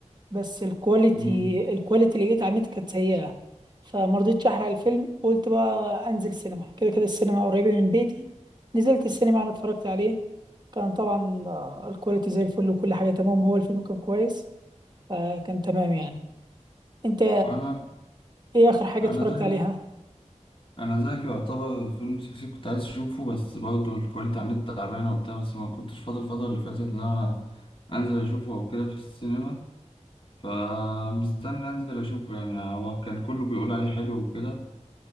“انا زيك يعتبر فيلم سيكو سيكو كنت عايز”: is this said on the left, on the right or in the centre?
Left